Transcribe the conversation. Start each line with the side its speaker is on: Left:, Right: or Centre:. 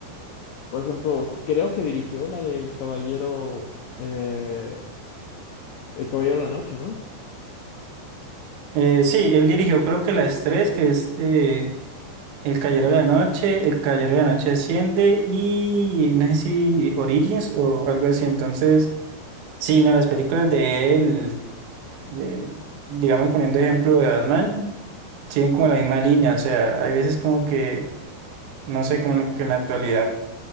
Left: Por ejemplo, creo que dirigió la del Caballero, eh, El Caballero de la Noche, ¿no?
Right: Eh, sí, él dirigió creo que las tres, que es eh, El Caballero de la Noche, El Caballero de la Noche Asciende y no sé si Origins o algo así. Entonces, sí, no, las películas de él, eh, digamos poniendo ejemplo de Batman. siguen como la misma línea, o sea, hay veces como que, no sé, como en la- que en la actualidad